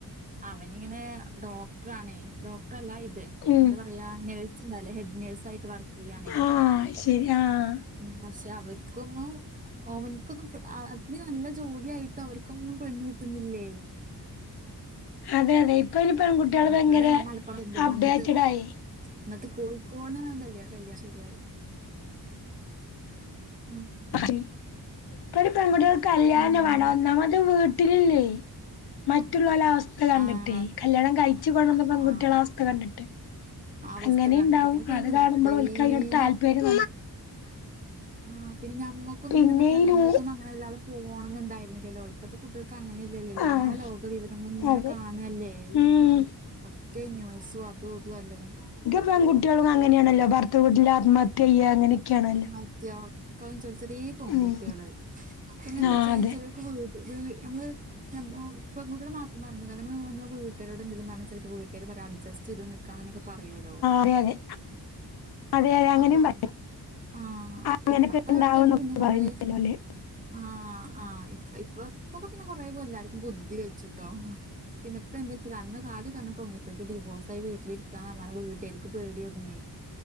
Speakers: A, on the right (about 20°); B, on the left (about 75°).
A: അവനിങ്ങനെ ഡോക്ടറാണെ ആണെ ഡോക്ടർല്ല ഇത്
B: ഉം
A: എന്താ പറയാ നേഴ ഹെഡ് നേഴ്സ് ആയിട്ട് വർക്ക് ചെയ്യണേ
B: ആഹ് ശരി ആഹ്
A: ഉ പക്ഷെ അവർക്കൊന്നും ഓമനിക്കൊന്നും അത്രരി നല്ല ജോലി <unintelligible> ആായിട്ടോ അവർക്കുംന്നും പെണ്ണ് കിട്ടുന്നില്ലേ?
B: അതെ അതെ ഇപ്പഴ്‌ പെൺകുട്ടികൾ
A: ഞങ്ങളുടെ
B: ഭയങ്കര
A: മലപ്പുറം പെരിന്തൽമണ്ണത്ത്
B: അപ്ഡേറ്റഡ ആയി.
A: എന്നിട്ട് കോഴിക്കോട്ന്ന് <unintelligible> കല്യാണശരി ആയത് ഉം
B: ഇപ്പൊ ഒരു പെൺകുട്ടിക കല്യാണം
A: ഉം
B: വേണം ഒന്നാമത് വീട്ടിലില്ലേ മറ്റുള്ളല അവസ്ഥ കണ്ടിട്ടേ
A: ആഹ്
B: കല്യാണം കഴിച്ചു കൊട്ന്ന പെൺകുട്ടികള
A: ആഹ്
B: അവസ്ഥ കണ്ടിട്ട്
A: ആ അവസ്ഥ
B: അങ്ങനെുണ്ടാവും
A: കണ്ടിട്ട് പിന്നെ പിഞ്ഞു
B: അത് കാണുമ്പോൾ
A: ഡെയിലി
B: ഓൾക് അയളോട് താല്പര്യം
A: ആ് പിന്നെ നമ്മക്കക്ക്തിനപറ്റിറിയ
B: പിന്നെ ഈ
A: നമ്മെക്കെ
B: നൂ
A: <unintelligible> തെോണന്നും ഉണ്ടായിുന്നില്ലല്ലോ ഇപ്പഴത്തെ കുട്ടികൾക്ക് അങ്ങനെ <unintelligible> എല്ലാം
B: ആഹ്
A: ലോക വിവരങ്ങളൊന്നും ഇങ്ങനെ
B: അതെ
A: കാണല്ലേ?
B: ഉം
A: ഒക്കെ ന്യൂസും അതും ഇതും അല്ലേ
B: പെൺകട്ടികളും അങ്ങെയാണല്ലോ ഭർത്ത വീട്ടിൽ ആത്മഹത്യ ചെയ്യുക അങ്ങനെയൊക്കെയാണല്ലോ?
A: <unintelligible> ക ചെറിയ ചെറിയ പൺകുട്ടികള്
B: ഉം
A: പിന്നെ എന്താ
B: ആ
A: വച്ചാ
B: അതെ
A: ചിലർക്ക് വീട്ട വീട് നമ്മള് - <unintelligible> നമ്മള് വീട്ടരോട്ന്തങ്കിലും പറഞ്ഞ ചിലപ്പോ വീട്ടുകാര് പറ അഡ്ജസ്റ്റ് ചെയ്ത് നിക്ക നിക്കാനെയൊക്കെ പറയോലോ?
B: അതെയ അതെ അതെ അതെ അങ്ങനെയും
A: അപ്പ
B: പറയും
A: ആഹ
B: അങ്ങനെപ്പ
A: ഇപ്പത്തെ
B: ഉണ്ടാവുംന്നൊക്കെ
A: ആൾക്കാർക്ക് പിന്നെ കൊറെ
B: പറയുംലോല്ലേ
A: ആ് ആഹ് ഇപ്പ ഇപ്പൊ പൊക്കെ പിന്നെ കൊറെേ പോലെ എല്ലാർക്കും ബുദ്ധി വെച്ചിട്ടോ പിന്നെപ്പ എന്താ വെച്ചാ അന്ന് അദ്യം ക്കെ <unintelligible> പെൺകുട്ടിള്ക്ക് ഡിവോഴസയി വീട്ടിലിരിക്കാന്ന് പറഞ്ഞ വീട്ടേർക്ക് പേടിയിരുന്നേ